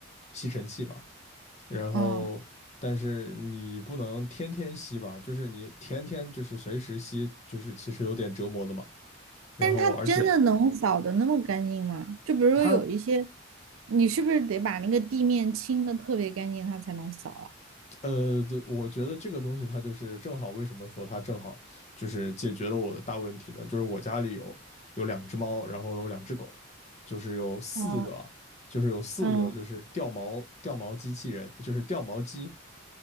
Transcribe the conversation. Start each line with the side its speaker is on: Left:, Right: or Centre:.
Left: 吸尘器嘛，然后但是你不能天天吸吧，
Right: 哦，
Left: 就是你天天就是随时吸，就是其实有点折磨的嘛，然后而且。
Right: 但是它真的能扫的那么干净吗？就比如说有一些，
Left: 它。
Right: 你是不是得把那个地面清的特别干净，它才能扫啊？
Left: 呃，对，我觉得这个东西它就是正好，为什么说它正好就是解决了我的大问题呢？就是我家里有有两只猫，然后有两只狗，就是有四个，
Right: 嗯
Left: 就是有四个就是掉毛掉毛机器人，
Right: 嗯，<laughs>
Left: 就是掉毛机